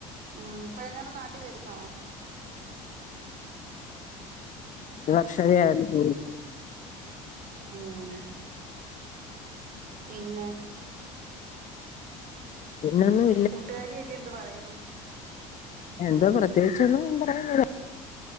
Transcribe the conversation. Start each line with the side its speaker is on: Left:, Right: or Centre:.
Right: ഉം ഇപ്പ എങ്ങനും നാട്ടിൽ വരുന്നോ
Left: ര് വർഷവേ ആയുള്ളൂ പോയിട്ട്
Right: ആഹ് പിന്നെ
Left: പിന്നൊന്നും
Right: കൂട്ടുകാരിയൊക്കെ എന്ത് പറയുന്നു
Left: എന്താ പ്രത്യേകിച്ചേന്നും പറയാനില്ല